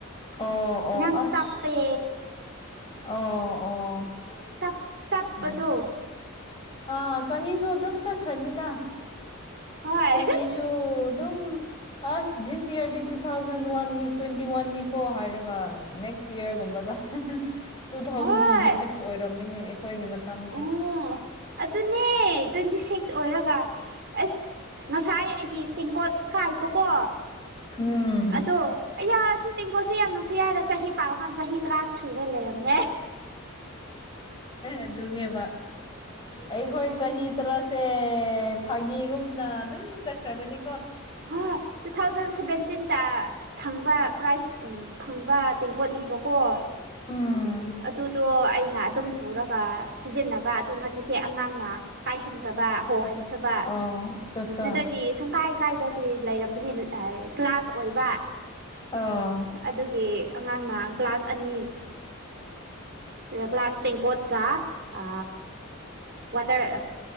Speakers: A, on the left (about 25°); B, on the right (about 55°).
A: ꯑꯣ ꯑꯣ
B: ꯌꯥꯝ
A: ꯑꯁ
B: ꯇꯞꯄꯦ
A: ꯑꯣ ꯑꯣ
B: ꯇꯞ ꯇꯞꯗꯣ
A: ꯍꯣꯏ ꯑꯥ ꯆꯍꯤꯁꯨ ꯑꯗꯨꯝ ꯆꯠꯈ꯭ꯔꯅꯤꯗ
B: ꯍꯣꯏ
A: ꯆꯍꯤꯁꯨꯨ ꯑꯗꯨꯝ ꯑꯁ ꯗꯤꯁ ꯏꯌꯥꫪꯗꯤ ꯇꯨ ꯊꯥꯎꯖꯟ ꯋꯥꯟꯅꯤ ꯇ꯭ꯋꯦꯟꯇꯤ ꯋꯥꯟꯅꯤꯀꯣ ꯍꯥꯏꯔꯒ ꯅꯦꯛꯁ ꯏꯌꯥꫪꯒꯨꯝꯕꯗ ꯇꯨ ꯊꯥꯎꯖꯟ
B: ꯍꯣꯏ
A: ꯇ꯭ꯋꯦꯟꯇꯤ ꯁꯤꯛꯁ ꯑꯣꯏꯔꯝꯃꯦꯅꯦ ꯑꯩꯈꯣꯏꯒꯤ ꯃꯇꯝꯁꯤ
B: ꯑꯣ ꯑꯗꯨꯅꯦ ꯇ꯭ꯋꯦꯟꯇꯤ ꯁꯤꯛꯁ ꯑꯣꯏꯔꯒ ꯑꯁ ꯉꯁꯥꯏ ꯀꯤ ꯇꯦꯡꯀꯣꯠ ꯀꯥꯏꯕꯀꯣ
A: ꯎꯝ
B: ꯑꯗꯣ ꯑꯩꯌꯥ ꯁꯤ ꯇꯦꯡꯀꯣꯠꯁꯦ ꯌꯥꯝ ꯅꯨꯡꯁꯤ ꯍꯥꯏꯔꯒꯥ ꯆꯍꯤ ꯄꯥꯀꯥꯟꯗ ꯆꯍꯤ ꯇꯔꯥ ꯁꯨꯔ ꯂꯩꯔꯝꯃꯦ
A: ꯑꯗꯨꯅꯦꯕ ꯑꯩꯈꯣꯏ ꯆꯍꯤ ꯇꯔꯥꯁꯦ ꯐꯥꯒꯤꯒꯨꯝꯅ ꯑꯗꯨꯝ ꯆꯠꯈ꯭ꯔꯕꯅꯤ
B: ꯍ ꯇꯨ ꯊꯥꯎꯖꯟ ꯁꯦꯚꯦꯟꯇꯤꯟꯗ ꯊꯝ ꯪꯕ ꯄ꯭ꯔꯥꯏꯖ ꯐꯪꯕ ꯇꯦꯡꯀꯣꯠꯅꯦꯕꯀꯣ ꯑꯩꯅ
A: ꯎꯝ
B: ꯑꯗꯨꯏꯗꯣ ꯑꯩ ꯅ ꯑꯗꯨꯝ ꯄꯨꯔꯒ ꯁꯤꯖꯤꯟꯅꯕ ꯑꯗꯨ ꯉꯁꯤꯁꯦ ꯑꯉꯥꯡꯅ ꯄꯥꯏꯍꯟꯈ꯭ꯔꯕ ꯍꯣꯍꯟ ꯊꯕ
A: ꯑꯣ ꯑꯆꯥꯆꯥ
B: ꯅꯠꯇ꯭ꯔꯗꯤ ꯁꯨꯡ ꯀꯥꯏ ꯀꯥꯏꯗꯕꯤ ꯂꯩꯔꯝꯕꯅꯤ ꯒ꯭ꯂꯥꯁ ꯑꯣꯏꯕ
A: ꯑꯣ
B: ꯑꯗꯨꯒꯤ ꯑꯉꯥꯡꯅ ꯒ꯭ꯂꯥꯁ ꯑꯅꯤ ꯑ ꯒ꯭ꯂꯥꯁ ꯇꯦꯡꯀꫭꯠꯀ ꯑ ꯋꯥꯇꫪ